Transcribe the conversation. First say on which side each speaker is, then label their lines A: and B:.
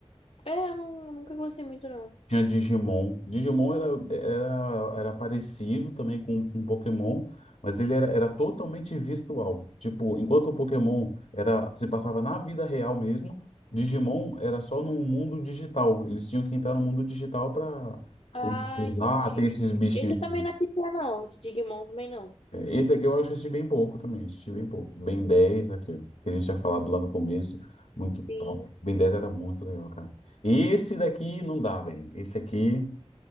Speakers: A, on the left; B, on the left.
A: é, eu não, nunca gostei muito, não.
B: Tinha Digimon. Digimon era, era, era parecido também com, com Pokémon, mas ele era, era totalmente virtual. Tipo, enquanto o Pokémon era, se passava na vida real mesmo, Digimon era só no mundo digital. Eles tinham que entrar no mundo digital para
A: Ah,
B: usar,
A: entendi.
B: ter esses bichinhos
A: Esse eu também
B: aqui.
A: não assistia, não. Esse Digimon também não.
B: É, esse aqui eu assisti bem pouco também, assisti bem pouco. Ben dez aqui, ó, que a gente tinha falado lá no começo, muito top.
A: Sim.
B: Ben dez era muito legal, cara. E esse daqui não dá, velho. Esse aqui.